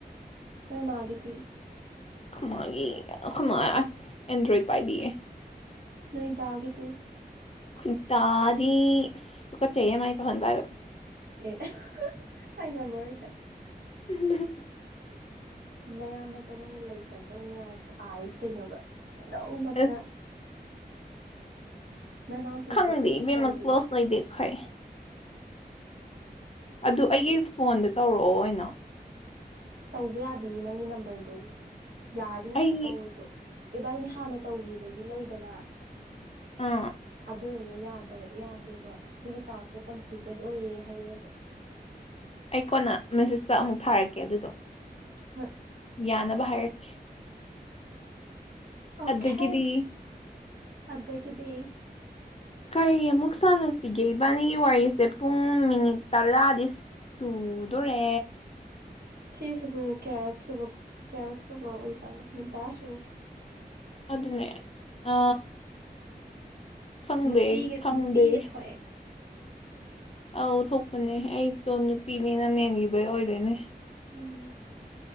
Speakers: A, on the right; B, on the left.
A: ꯅꯣꯏ ꯃꯥꯒꯤꯗꯤ
B: ꯈꯨꯃꯥꯒꯤ ꯈꯨꯃꯥ ꯑꯦꯟꯗ꯭ꯔꯣꯏꯗ ꯄꯥꯏꯗꯤꯌꯦ
A: ꯅꯣꯏꯗꯥꯒꯤꯗꯤ
B: ꯈꯨꯟꯇꯥꯗꯤ ꯇꯨ ꯀꯠ ꯆꯩ ꯑꯃꯥꯏ ꯐꯪꯍꯟꯕ ꯍꯥꯏꯕ
A: ꯑꯦ ꯑꯩ ꯉꯝꯃꯔꯣꯏꯗ
B: ꯎꯝ
A: ꯅꯌꯥꯝꯕꯛꯇ ꯅꯪꯅ ꯂꯩꯇꯕꯗꯧꯅ ꯊꯥꯔꯤꯁꯤꯦ ꯀꯩꯅꯣꯕ ꯅꯣꯡꯃꯇ
B: ꯑꯁ
A: ꯅꯅꯥꯎꯄꯤꯁꯦ
B: ꯈꯪꯗꯦ
A: ꯈꯔꯕꯨ
B: ꯕꯦꯝꯃꯛ
A: ꯄꯜꯂꯤ
B: ꯀ꯭ꯂꯣꯁ ꯑꯣꯏꯗꯦ ꯑꯩꯈꯣꯏ ꯑꯗꯨ ꯑꯩꯒꯤ ꯐꯣꯟꯗ ꯇꯧꯔꯛꯑꯣ ꯑꯣꯏꯅꯣ
A: ꯇꯧꯕ ꯌꯥꯗꯦ ꯅꯪꯒꯤ ꯅꯝꯕꯔꯗꯨꯣ ꯌꯥꯔꯗꯤ ꯉꯃꯥꯏꯅ
B: ꯑꯩ
A: ꯇꯧꯔꯣꯏꯗ꯭ꯔꯣ ꯏꯕꯥꯏꯅꯤ ꯍꯥꯟꯅ ꯇꯧꯈꯤꯕꯒꯤ ꯂꯩꯗꯅ
B: ꯑ
A: ꯑꯗꯨꯗꯨꯅ ꯌꯥꯗꯦꯕ ꯁꯤꯒꯤ ꯇꯥꯛꯁꯦ ꯀꯝꯄ꯭ꯂꯤꯇꯦꯠ ꯑꯣꯏꯔꯦ ꯍꯥꯏꯔꯛꯑꯦꯕ
B: ꯑꯩ ꯀꯣꯟꯅ ꯃꯦꯁꯦꯁꯇ ꯑꯃꯨꯛ ꯊꯥꯔꯛꯀꯦ ꯑꯗꯨꯗꯣ
A: ꯍꯣꯏ
B: ꯌꯥꯅꯕ ꯍꯥꯏꯔꯛꯈꯤ
A: ꯑꯣꯈ
B: ꯑꯗꯒꯤꯗꯤ
A: ꯑꯩꯁ ꯑꯗ ꯀꯗꯤ
B: ꯀꯔꯤ ꯑꯃꯨꯛ ꯁꯥꯟꯅꯁꯤꯒꯦ ꯏꯕꯥꯅꯤꯒꯤ ꯋꯥꯔꯤꯁꯦ ꯄꯨꯡ ꯃꯤꯅꯤꯠ ꯇꯔꯥꯗꯤ ꯆꯨꯗꯣꯔꯦ
A: ꯁꯤꯁꯤꯕꯨ ꯀꯌꯥꯔꯛꯁꯨꯕ ꯀꯌꯥꯔꯛꯁꯨꯨꯕ ꯑꯣꯏꯖꯥꯠꯅꯣ ꯃꯤꯟꯇꯥꯔꯁꯨ ꯑꯣꯏ
B: ꯑꯗꯨꯅꯦ ꯑ ꯈꯪꯗꯦ
A: ꯅꯨꯄꯤꯒ
B: ꯈꯪꯗꯦ
A: ꯅꯨꯄꯤꯒ ꯊꯣꯛꯑꯦ
B: ꯑꯧ ꯊꯣꯛꯄꯅꯦ ꯑꯩꯇꯣ ꯅꯨꯄꯤꯅꯤꯅ ꯃꯦꯟꯈꯤꯕꯩ ꯑꯣꯏꯗꯣꯏꯅꯦ
A: ꯎꯝ